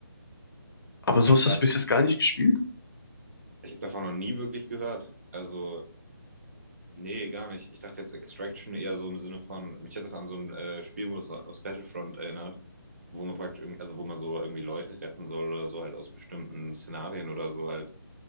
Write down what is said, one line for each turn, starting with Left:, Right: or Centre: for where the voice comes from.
Left: Aber so
Right: Hä,
Left: hast
Right: krass.
Left: du es bis jetzt gar nicht gespielt.
Right: Ich habe davon noch nie wirklich gehört. Also, nee, gar nicht. Ich dachte jetzt Extraction eher so im Sinne von, mich hat das an so einen äh, Spielmodus aus Battlefront erinnert. wo man praktisch irgendwie, also wo man so irgendwie Leute retten soll oder so halt aus bestimmten Szenarien oder so halt.